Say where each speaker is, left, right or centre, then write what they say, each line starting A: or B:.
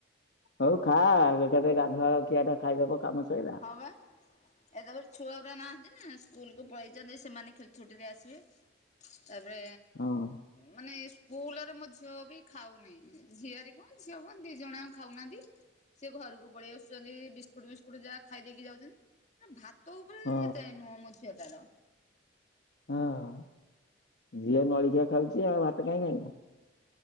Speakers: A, on the left (about 60°); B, on the left (about 35°).
A: ହଉ ଖା ଏକାଥରେ ଗାଧୁଆବେଳ ଖିଆ ଟା ଖାଇଦବ କାମ ସଇଲା।
B: ହଁ ବା। ଏ ତାପରେ ଛୁଆ ଗୁରା ନାହାନ୍ତି ନା ସ୍କୁଲକୁ ପଳାଇଛନ୍ତି ସେମାନେ ଖେଳ ଛୁଟିରେ ଆସିବେ। ତାପରେ
A: ହଁ।
B: ମାନେ ସ୍କୁଲରେ ମୋ ଝିଅ ବି ଖାଉନାହିଁ। ଝିଆରି ଝିଅ ବା ଦି ଜଣ ଆକ ଖାଉନାହାନ୍ତି। ସିଏ ଘରକୁ ପଳେଇ ଆସୁଛନ୍ତି ବିସ୍କୁଟ୍ ଫିସ୍କୁଟ୍ ଯାକ ଖାଇ ଦେଇକି ଯାଉଛନ୍ତି ନା ଭାତ ଉପରେ
A: ହଁ
B: ଏତେ ନୁହଁ ମୋ ଝିଅଟାର।
A: ହଁ ଝିଅ ନଳଖିଆ ଖାଉଛି ଆଉ ଭାତ କାଇଁ ଖାଇବ।